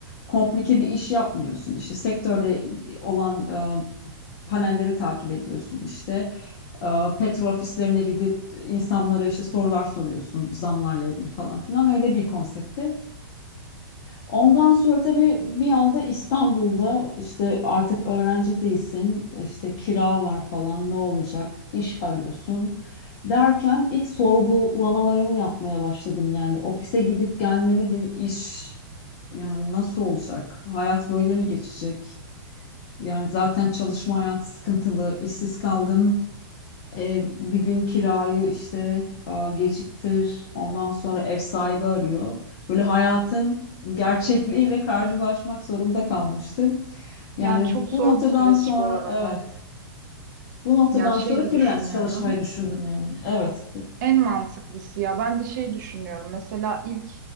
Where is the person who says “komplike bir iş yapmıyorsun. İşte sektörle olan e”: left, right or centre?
Left